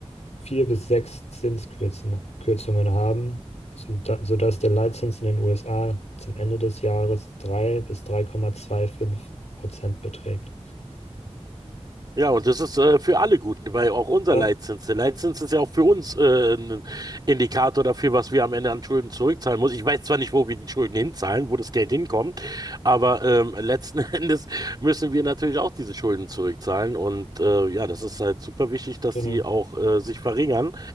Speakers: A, on the left; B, on the right.
A: vier bis sechs Zinskürzen- Kürzungen haben, soda- sodass der Leitzins in den USA zum Ende des Jahres 3 bis 3,25 Prozent beträgt.
B: Ja, und das ist äh, für alle gut, weil auch unser
A: Ja,
B: Leitzins, der Leitzins ist ja auch für uns äh, ein Indikator dafür, was wir am Ende an Schulden zurückzahlen müssen. Ich weiß zwar nicht, wo wir die Schulden hinzahlen, wo das Geld hinkommt, aber ähm, letzten <laughs> Endes müssen wir natürlich auch diese Schulden zurückzahlen. Und äh, ja, das ist halt super wichtig, dass
A: genau.
B: die auch äh, sich verringern,